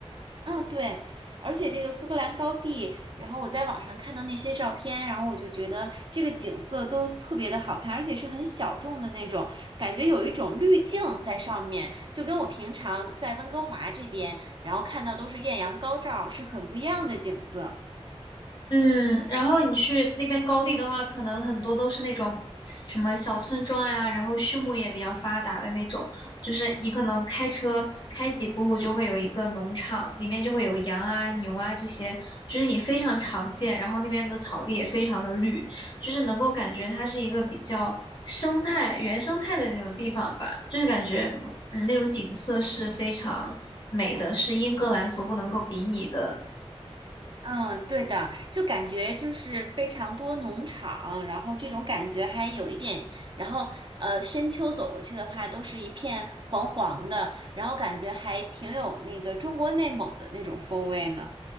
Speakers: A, on the right (about 45°); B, on the left (about 45°).
A: 嗯，对，而且这个苏格兰高地，然后我在网上看到那些照片，然后我就觉得这个景色都特别的好看，而且是很小众的那种，感觉有一种滤镜在上面，就跟我平常在温哥华这边，然后看到都是艳阳高照，是很不一样的景色。
B: 嗯，然后你去那边高地的话，可能很多都是那种什么小村庄呀，然后畜牧业比较发达的那种，就是你可能开车开几步路就会有一个农场，里面就会有羊啊、牛啊这些，就是你非常常见。然后那边的草地也非常的绿，就是能够感觉它是一个比较生态、原生态的那种地方吧，就是感觉嗯那种景色是非常美的，是英格兰所不能够比拟的。
A: 嗯，对的，就感觉就是非常多农场，然后这种感觉还有一点，然后呃，深秋走过去的话，都是一片黄黄的，然后感觉还挺有那个中国内蒙的那种风味呢。